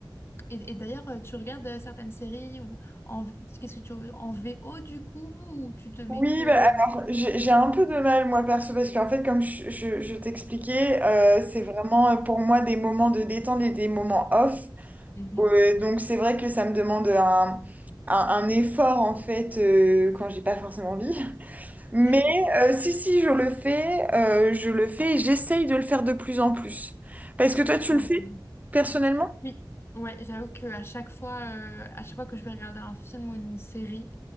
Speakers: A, on the left (about 30°); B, on the right (about 20°).
A: Et, et d'ailleurs, euh, tu regardes euh, certaines séries ou en v- qu'est-ce que tu en VO du coup ou tu te mets
B: Oui,
A: que. euh,
B: bah, alors j'ai j'ai un peu de mal moi perso parce qu'en fait comme je, je, je t'expliquais, euh, c'est
A: Oui.
B: vraiment euh, pour moi des moments de détente et des moments off.
A: Mhm.
B: Ouais, donc c'est vrai que ça me demande un, un, un effort en fait euh, quand j'ai pas forcément envie. Mais
A: <laughs>
B: euh, si si je le fais, euh, je le fais et j'essaye de le faire de plus en plus. Parce que toi tu
A: Non,
B: le fais
A: mais c'est bien.
B: personnellement
A: Oui, ouais, j'avoue que à chaque fois, euh, à chaque fois que je vais regarder un film ou une série,